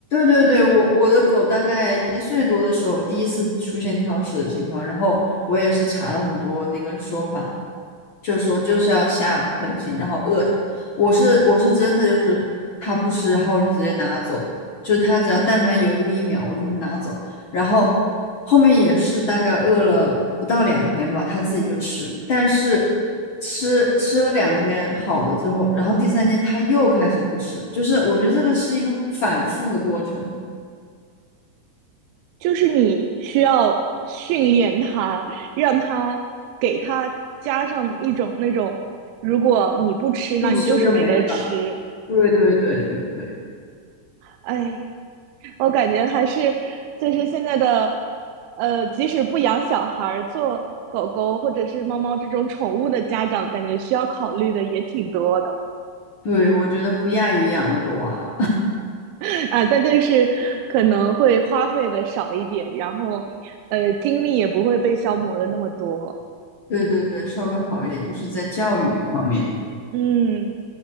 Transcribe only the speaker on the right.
就是你需要训练它，让它给它加上一种那种，如果你不吃，
那你就是没得吃。
哎，我感觉还是就是现在的，呃，即使不养小孩儿，做狗狗或者是猫猫这种宠物的家长，感觉需要考虑的也挺多的
<laughs>。啊，但就是可能会花费的少一点，然后，呃，精力也不会被消磨的那么多。
嗯。